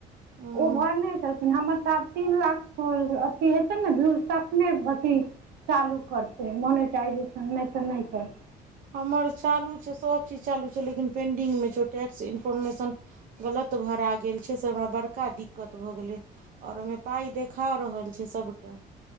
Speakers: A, on the right; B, on the right.
A: ह
B: ओ भरने छलखि हमर तऽ आब तीन लाख होल अथि हेतै ने व्यू तखने अथी चालू करतै मोनिटाइजेशन नहि तऽ नहि करतै
A: हमर चालू छै सभचीज चालू छै लेकिन पेंडिंग मे छै टैक्स इन्फोर्मेशन गलत भरा गेल छै से हमरा बड़का दिक्कत भऽ गेलै आओर ओहिमे पाई देखा रहल छै सबटा